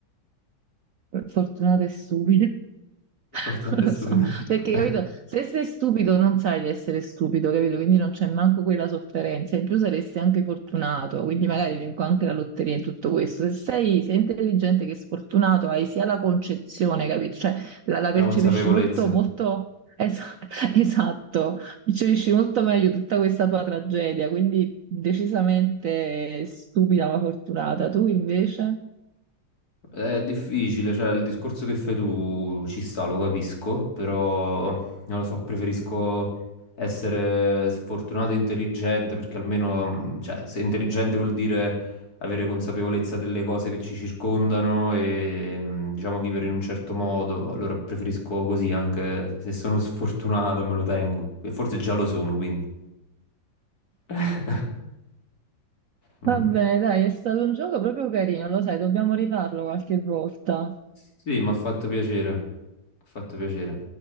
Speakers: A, on the right; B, on the left.
A: fortunata e stupida, <laughs>
B: Fortunata
A: Non
B: e
A: lo
B: stupida.
A: so, perché
B: <laughs>
A: capito, se sei stupido non sai di essere stupido, capito? Quindi non c'è manco quella sofferenza, in più saresti anche fortunato, quindi magari vinco anche la lotteria e tutto questo. Se sei sia intelligente che sfortunato, hai sia la concezione, capito? Cioè la, la
B: La
A: percepisci
B: consapevolezza.
A: molto, molto es- <laughs> esatto, percepisci molto meglio tutta questa tua tragedia, quindi decisamente stupida ma fortunata. Tu invece?
B: È difficile, cioè il discorso che fai tu ci sta, lo capisco, però non lo so, preferisco essere sfortunato e intelligente perché almeno, mm, cioè, se intelligente vuol dire avere consapevolezza delle cose che ci circondano e mm, diciamo vivere in un certo modo, allora preferisco così, anche se sono sfortunato me lo tengo, e forse già lo sono, quindi. <laughs> Mm.
A: Vabbè, dai, è stato un gioco proprio carino, lo sai, dobbiamo rifarlo qualche volta.
B: Sì, mi ha fatto piacere. Mi ha fatto piacere.